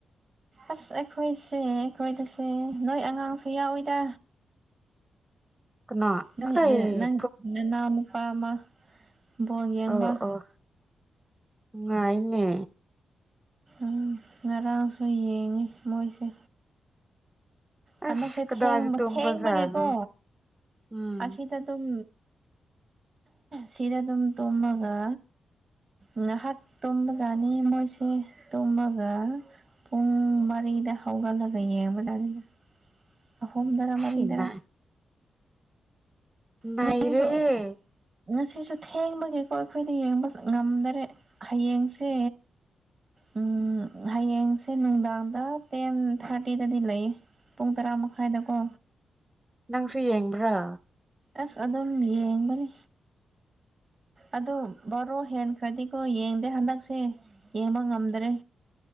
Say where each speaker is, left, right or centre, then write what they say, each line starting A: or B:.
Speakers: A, on the right; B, on the right.
A: ꯑꯁ ꯑꯩꯈꯣꯏꯁꯦ ꯑꯩꯈꯣꯏꯗꯁꯦ ꯅꯣꯏ ꯑꯉꯥꯡꯁꯨ ꯌꯥꯎꯋꯤꯗ
B: ꯀꯅꯥ
A: ꯅꯣꯏ
B: ꯑꯩ
A: ꯑꯥ ꯅꯪ ꯅꯅꯥꯎꯅꯨꯄꯥ ꯑꯃ ꯕꯣꯜ ꯌꯦꯡꯕ
B: ꯑꯣ ꯑꯣ ꯉꯥꯏꯅꯦ
A: ꯎꯝ ꯉꯔꯥꯡꯁꯨ ꯌꯦꯡꯉꯤ ꯃꯣꯏꯁꯦ ꯍꯟꯗꯛꯁꯦ
B: ꯑꯁ ꯀꯗꯥꯏꯗ
A: ꯊꯦꯡꯕ
B: ꯇꯨꯝꯕꯖꯥꯠꯅꯣ
A: ꯊꯦꯡꯕꯒꯤꯀꯣ
B: ꯎꯝ
A: ꯑꯁꯤꯗ ꯑꯗꯨꯝ ꯁꯤꯗ ꯗꯨꯝ ꯇꯨꯝꯃꯒ ꯉꯍꯥꯛ ꯇꯨꯝꯕꯖꯥꯠꯅꯤ ꯃꯣꯏꯁꯦ ꯇꯨꯝꯃꯒ ꯄꯨꯡ ꯃꯔꯤꯗ ꯍꯧꯒꯠꯂꯒ ꯌꯦꯡꯕꯖꯥꯠꯅꯤꯗ ꯑꯍꯨꯝꯗꯥꯔ
B: ꯑꯁ
A: ꯃꯔꯤꯗꯥꯔ
B: ꯅꯥ
A: <unintelligible>
B: ꯅꯩꯔꯦꯍꯦ
A: ꯉꯁꯤꯁꯨ ꯊꯦꯡꯕꯒꯤꯀꯣ ꯑꯩꯈꯣꯏꯗ ꯌꯦꯡꯕ ꯉꯝꯗꯔꯦ ꯍꯌꯦꯡꯁꯦ ꯎꯝ ꯍꯌꯦꯡꯁꯦ ꯅꯨꯡꯗꯥꯡꯗ ꯇꯦꯟ ꯊꯥꯔꯇꯤꯗꯗꯤ ꯂꯩꯌꯦ ꯄꯨꯡ ꯇꯔꯥ ꯃꯈꯥꯏꯗꯀꯣ
B: ꯅꯪꯁꯨ ꯌꯦꯡꯕ꯭ꯔꯥ
A: ꯑꯁ ꯑꯗꯨꯝ ꯌꯦꯡꯕꯅꯤ ꯑꯗꯨ ꯕꯥꯔꯣ ꯍꯦꯟꯈ꯭ꯔꯗꯤꯀꯣ ꯌꯦꯡꯗꯦ ꯍꯟꯗꯛꯁꯦ ꯌꯦꯡꯕ ꯉꯝꯗꯔꯦ